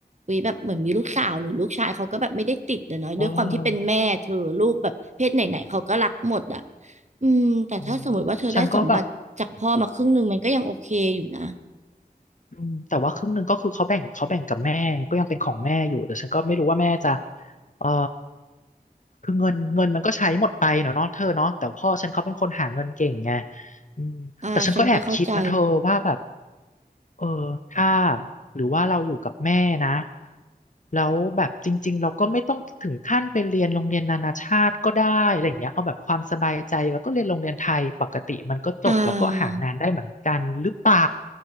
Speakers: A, on the right; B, on the left.
A: วิแบบเหมือนมีลูกสาวหรือลูกชายเขาก็แบบไม่ได้ติดอะเนอะด้วยความที่เป็นแม่เธอลูกแบบเพศไหนๆเขาก็รักหมดอ่ะ
B: เออ
A: อืมแต่ถ้าสมมติว่าเธอได้สมบัติจากพ่อมาครึ่งหนึ่งมันก็ยังโอเคอยู่นะ
B: อืมฉันก็แบบอืมแต่ว่าครึ่งหนึ่งก็คือเขาแบ่งเขาแบ่งกับแม่ก็ยังเป็นของแม่อยู่แต่ฉันก็ไม่รู้ว่าแม่จะเออคือเงินเงินมันก็ใช้หมดไปเนาะเนาะเธอเนาะแต่พ่อฉันเขาเป็นคนหาเงินเก่งไงอืมแต่ฉันก็แอบคิดนะเธอว่าแบบ
A: อ่าฉันก็เข้าใจ
B: เออถ้าหรือว่าเราอยู่กับแม่นะแล้วแบบจริงๆเราก็ไม่ต้องถึงขั้นไปเรียนโรงเรียนนานาชาติก็ได้อะไรอย่างเงี้ยเอาแบบความสบายใจแล้วก็เรียนโรงเรียนไทยปกติมันก็จบแล้วก็หางานได้เหมือนกันหรือเปล่า
A: อ่า